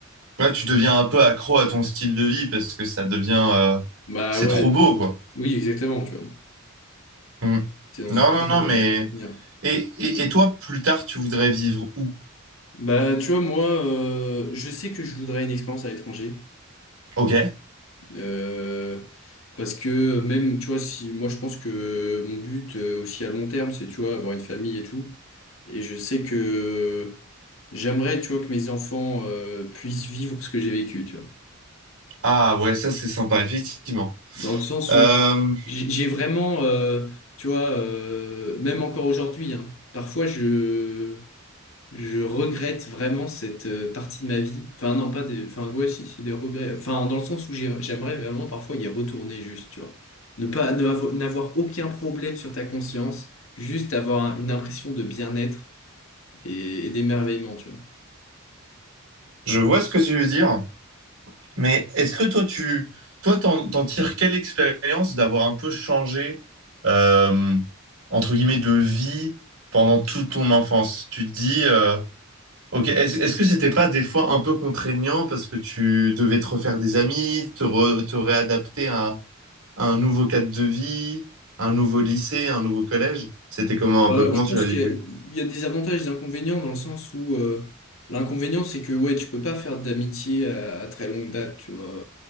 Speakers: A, on the right (about 85°); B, on the left (about 70°).
A: là, tu deviens un peu accro à ton style de vie parce que ça devient... euh,
B: Bah
A: C'est
B: ouais,
A: trop beau, quoi.
B: oui, exactement, tu vois.
A: Mm.
B: C'est dans
A: Non,
B: un cadre
A: non, non,
B: euh,
A: mais...
B: contenir.
A: Et, et, et toi, plus tard, tu voudrais vivre où?
B: Bah, tu vois, moi, euh, je sais que je voudrais une expérience à l'étranger.
A: Ok.
B: Euh, parce que même, tu vois, si moi je pense que mon but euh, aussi à long terme, c'est, tu vois, avoir une famille et tout. Et je sais que j'aimerais, tu vois, que mes enfants euh, puissent vivre ce que j'ai vécu, tu vois.
A: Ah ouais, ça, c'est sympa, effectivement.
B: Dans le sens
A: Euh,
B: où j'ai j'ai vraiment, euh, tu vois, euh, même encore aujourd'hui, hein, parfois je, Je regrette vraiment cette euh, partie de ma vie. Enfin, non, pas des. Enfin, ouais, si, c'est des regrets. Enfin, dans le sens où j'ai- j'aimerais vraiment parfois y retourner juste, tu vois. Ne pas, ne avo- n'avoir aucun problème sur ta conscience, juste avoir un- une impression de bien-être et, et d'émerveillement, tu vois.
A: Je vois ce que tu veux dire, mais est-ce que toi, tu, toi, t'en, t'en tires quelle expérience d'avoir un peu changé, euh, entre guillemets, de vie pendant toute ton enfance? Tu te dis, euh, ok, est-ce, est-ce que c'était pas des fois un peu contraignant parce que tu devais te refaire des amis, te, re- te réadapter à, à un nouveau cadre de vie, un nouveau lycée, un nouveau collège? C'était comment
B: Bah,
A: un peu? Comment
B: je pense
A: tu l'as vécu?
B: qu'il y a, il y a des avantages et des inconvénients dans le sens où euh, l'inconvénient, c'est que, ouais, tu peux pas faire d'amitié à, à très longue date, tu vois.